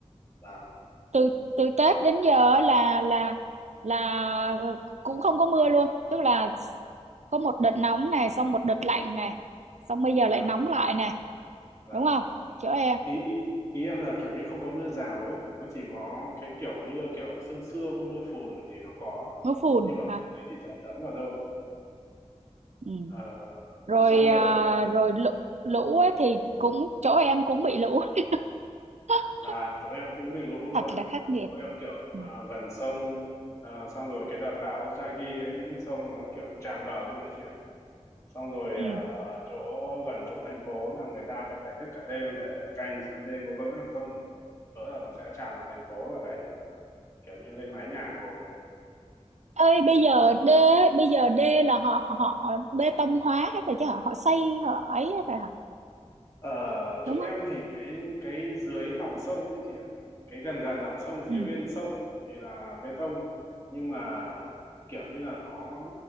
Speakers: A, on the left; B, on the right.
A: vâng
B: từ từ Tết đến giờ á là là là cũng không có mưa luôn tức là có một đợt nóng này xong một đợt lạnh này xong bây giờ
A: vâng
B: lại nóng lại này
A: vâng
B: đúng không chỗ em
A: ý, ý ý em là kiểu như không có mưa rào ấy nó chỉ có cái kiểu mưa kiểu sương sương mưa phùn thì nó có
B: mưa phùn
A: nhưng mà mưa
B: hả
A: đấy thì chả thấm vào đâu
B: ừ.
A: Ờ,
B: rồi
A: xong
B: à,
A: rồi
B: rồi lũ, lũ ấy thì cũng chỗ em cũng bị lũ <laughs>
A: và chỗ em cũng bị lũ luôn
B: thật là khắc nghiệt
A: chỗ em kiểu
B: ừ.
A: à, gần sông à, xong rồi cái đợt bão Yagi ấy nước sông nó kiểu tràn bờ luôn đấy chị ạ xong rồi
B: Ừ.
A: à, ở chỗ gần chỗ thành phố là người ta còn phải thức cả đêm để canh xem đê có vỡ hay không vỡ là nó sẽ tràn vào thành phố là phải à, kiểu như lên mái nhà ngồi
B: ơi bây giờ đê bây giờ đê là họ họ bê tông hóa hết rồi chứ hả họ xây họ ấy hết rồi hả
A: Ở chỗ
B: đúng
A: em
B: không
A: thì cái cái dưới lòng sông ấy chị ạ, cái gần gần lòng sông phía
B: ừ.
A: bên sông ấy thì là bê tông nhưng mà kiểu như là nó